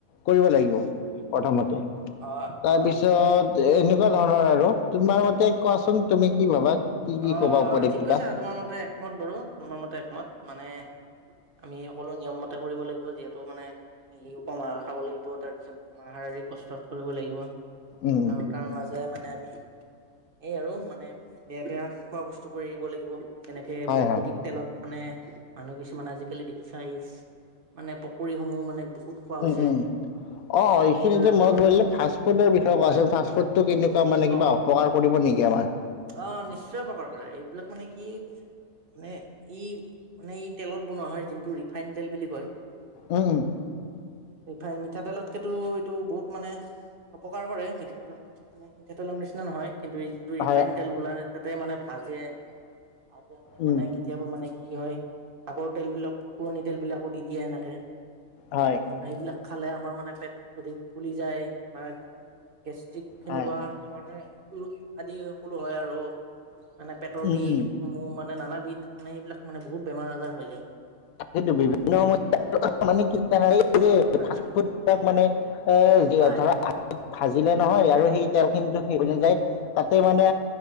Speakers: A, on the left; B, on the right.
A: কৰিব লাগিব প্ৰথমতে।
B: অ
A: তাৰপিছত এনেকুৱা ধৰণৰ আৰু, তোমাৰ মতে কোৱাচোন তুমি কি ভাবা? কি কি
B: অ',
A: কবা উপদেশ
B: ঠিক
A: দিবা
B: কৈছা আৰু তোমাৰ মতে একমত বাৰু তোমাৰ মতে একমত মানে আমি সকলো নিয়ম মতে কৰিব লাগিব যিহেতু মানে স <unintelligible> কমাহ খাব লাগিব তাৰ পিছত মাহাৰ আজ কষ্ট কৰিব লাগিব
A: উম
B: আৰু তাৰ মাজেৰে মানে আমি এই আৰু মানে বেয়া বেয়া খোৱা বস্তুবোৰ এৰিব লাগিব তেনেকে
A: হয়
B: বহুত
A: হয়
B: অধিক তেলত মানে মানুহ কিছুমান আজিকালি দেখিচাই মানে পকৰিসমূহ মানে বহুত খোৱা হৈছে
A: উম উম। অ', এইখিনিতে
B: সেইবিলাকৰ
A: মই গো ফাষ্টফুডৰ বিষয়ে কোৱাচোন
B: হয়
A: ফাষ্টফুডটো কেনেকুৱা মানে কিবা
B: অ
A: অপকাৰ কৰিব নেকি আমাৰ?
B: অ', নিশ্চয় অপকাৰ কৰে, এইবিলাক মানে কি মানে ই মানে ই তেলত বনোৱা হয়, যোনটো ৰিফাইন তেল বুলি কয়
A: উম উম।
B: ৰিফাইন মিঠাতেলকেতকো এইটো বহুত মানে অপকাৰ কৰে মিঠাতেল মিঠাতেলৰ নিচিনা নহয় কিন্তু এই যটো
A: হয়,
B: ৰিফাইন তেল বোলা তাতেই মানে ভাজে <unintelligible> সমূহ
A: উম,
B: মানে কেতিয়াবা মানে কি হয় আগৰ তেলবিলাক পুৰণি তেলবিলাকো দি দিয়ে এনেকে
A: হয়।
B: আৰু সেইবিলাক খালে আমাৰ মানে পেট অদি ফুলি যায় বা গেষ্ট্ৰিক সনেকুৱা
A: হয়,
B: মানে ৰপ আদি সকলো হয় আৰু মানে পেটৰ
A: উম,
B: বিষ
A: উম,
B: সমূহ মানে নানাবিধ মানে সেইবিলাক মানে বহুত বেমাৰ আজাৰ হৈ যায়।
A: কি বিভিন্ন <unintelligible> সমস্াৰ মানে কি এই যে
B: হয় হয়।
A: ফুড মানে এ
B: হয়
A: ধৰা ভাজিলে নহয় আৰু সেই তেলখিনিতো শেষ হৈ নাযায় তাতেই মানে